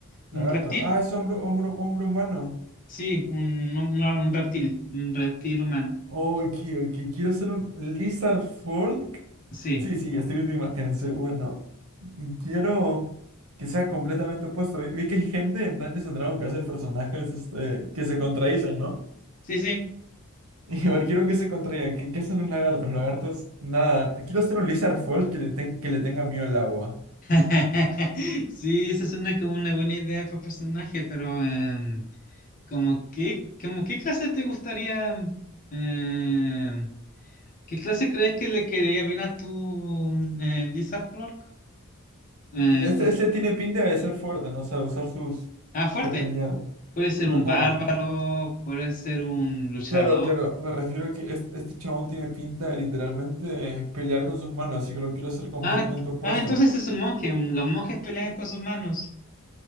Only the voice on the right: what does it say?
Lagarto.
Ah, es hombro, hombro, hombro humano.
Ok, ok. Quiero ser un Lizard Folk.
Sí, sí, estoy viendo imágenes. eh, Bueno, y quiero que sea completamente opuesto. Vi vi que hay gente en Dungeons and Dragons que hace personajes este, que se contradicen, ¿no?
Igual quiero que se contraiga. ¿Qué, qué hacen los lagartos? Los lagartos, nada. Quiero hacer un lizard fold que le, ten- que le tenga miedo al agua.
Este,
este tiene pinta de ser fuerte, ¿no? O sea, de usar sus...
de pelear.
No,
no.
Claro, claro. Me refiero a que este, este chabón tiene pinta de literalmente pelear con sus manos, así que lo quiero hacer completamente
opuesto.